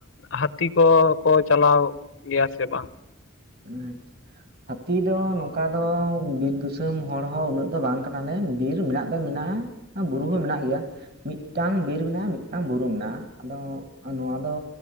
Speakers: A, on the left (about 75°); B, on the right (about 50°).
A: ᱦᱟᱹᱛᱤ ᱠᱚᱠᱚ ᱪᱟᱞᱟᱣ ᱜᱮᱭᱟ ᱥᱮ ᱵᱟᱝ?
B: ᱟᱪᱪᱷᱟ, ᱦᱟᱹᱛᱤ ᱫᱚ ᱱᱚᱝᱠᱟ ᱫᱚ ᱵᱤᱨ ᱫᱤᱥᱚᱢ ᱦᱚᱲ ᱦᱚᱸ ᱩᱱᱟᱹᱜ ᱫᱚ ᱵᱟᱝ ᱠᱟᱱᱟᱞᱮ ᱵᱤᱨ ᱢᱮᱱᱟᱜ ᱢᱮᱱᱟᱜᱼᱟ ᱵᱩᱨᱩ ᱦᱚᱸ ᱢᱮᱱᱟᱜ ᱜᱮᱭᱟ ᱢᱤᱫᱴᱟᱝ ᱵᱤᱨ ᱢᱮᱱᱟᱜᱼᱟ ᱢᱤᱫᱴᱟᱝ ᱵᱩᱨᱩ ᱢᱮᱱᱟᱜᱼᱟ ᱾ ᱟᱫᱚ ᱱᱚᱣᱟ ᱫᱚ